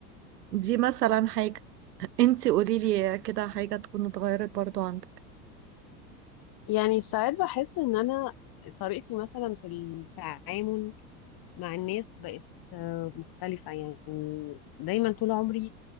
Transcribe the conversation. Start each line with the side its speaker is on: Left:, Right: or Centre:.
Right: دي مثلا حاجة انتي قوليلي كده حاجة تكون اتغيرت برضو عندك
Left: يعني ساعات بحس ان انا طريقتي مثلا في التعامل مع الناس بقت آه، مختلفة يعني دايما طول عمري